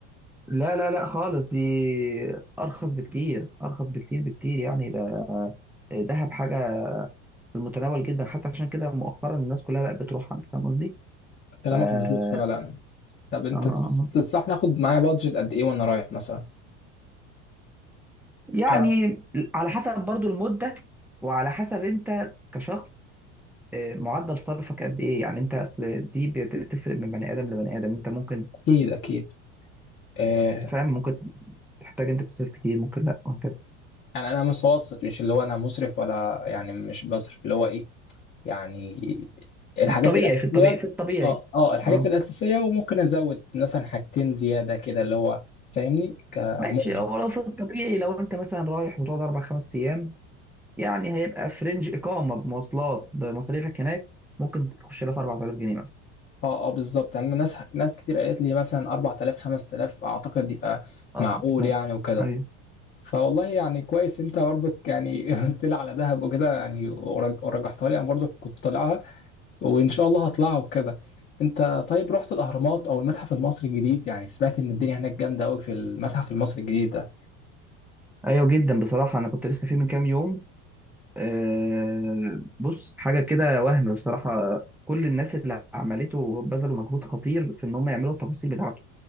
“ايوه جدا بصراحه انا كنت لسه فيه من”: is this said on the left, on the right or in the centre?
Centre